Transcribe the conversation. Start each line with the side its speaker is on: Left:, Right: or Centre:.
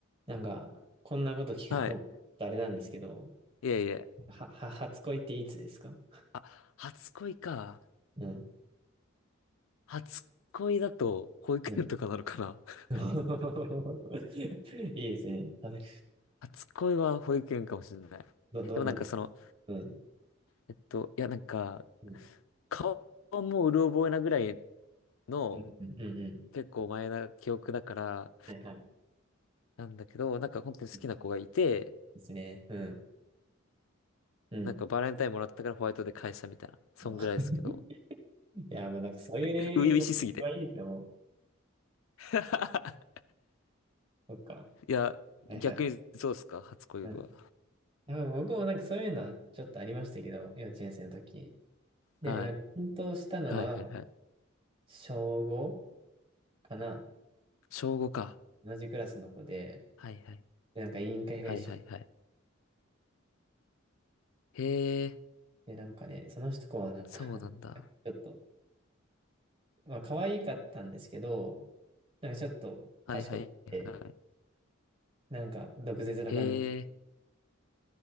Right: なんか、こんなこと聞くのも
Left: はい。
Right: <laughs> あれなんですけど、
Left: いえいえ。
Right: は、は、初恋っていつですか
Left: あ、初恋か。
Right: うん。
Left: 初恋だと保育園とかなのかな。
Right: うん。
Left: <laughs>
Right: <laughs> いいですね。あれ、
Left: 初恋は保育園かもしれない。
Right: ど、どんなこ、
Left: でもなんかその、
Right: うん。
Left: えっと、いやなんか、
Right: うん。
Left: 顔もうる覚えなぐらいの
Right: うん。うん。うんうん
Left: 結構前な記憶だから、
Right: はいはい。
Left: なんだけど、なんか本当に好きな子がいて、
Right: うんいいですね。うん。うん。
Left: なんかバレンタインもらったからホワイトで返したみたいな。そんぐらいですけど。
Right: <laughs> いや、もうなんかそういう恋愛が今、
Left: <laughs> 初々しすぎて。
Right: 今いいですよ、もう。
Left: <laughs>
Right: そっか。
Left: いや、
Right: はいはい。
Left: 逆にそうっすか、初恋は。
Right: うん。あ、僕もなんかそういうのはちょっとありましたけど、幼稚園生の時。でもなんか、
Left: はい。
Right: 奮闘したのは、
Left: はいはいはい。
Right: 小5かな
Left: 小五か。
Right: 同じクラスの子で、
Left: はいはい。
Right: でなんか委員会が一緒
Left: はいはいはい。へえ、
Right: で、なんかね、その子はなんか
Left: そうなんだ。
Right: <laughs> ちょっと、まあ、可愛かったんですけど、なんかちょっと賢くて、
Left: はいはいは
Right: なんか毒舌な感じ
Left: い。へえ、